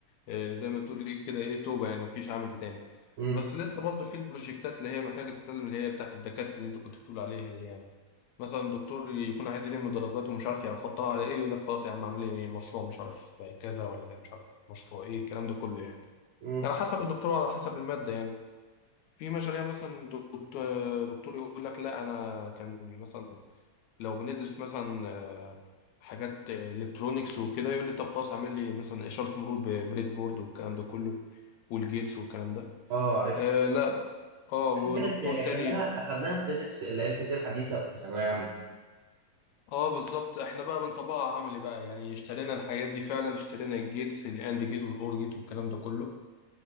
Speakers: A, on the left (about 75°); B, on the right (about 75°).
A: آه، زي ما تقول إيه كده ايه توبة يعني مفيش عمل تاني
B: امم
A: بس لسه برضو في البروجكتات اللي هي محتاجة تتسلم اللي هي بتاعت الدكاترة اللي انت كنت بتقول عليها دي يعني مثلا دكتور يكون عايز يلم درجات ومش عارف يحطها على ايه يقول لك خلاص يا عم اعمل لي مشروع مش عارف كذا ولا مش عارف مشروع ايه الكلام ده كله يعني
B: امم
A: على حسب الدكتور وعلى حسب المادة يعني في مشاريع مثلا دكتور دكتور يقول لك لا انا كان مثلا لو بندرس مثلا آه، حاجات الكترونيكس وكده يقول لي طب خلاص اعمل لي مثلا اشاره مرور ببريد بورد والكلام ده كله والجيتس والكلام ده
B: اه عارف
A: آه لا اه ودكتور
B: كانت يعني
A: تاني
B: اخدناها اخدناها في فيزيكس اللي هي الفيزياء الحديثه في ثانويه عامه
A: اه بالظبط احنا بقى بنطبقها عملي بقى يعني اشترينا الحاجات دي فعلا اشترينا الجيتس الاند جيت والاور جيت والكلام ده كله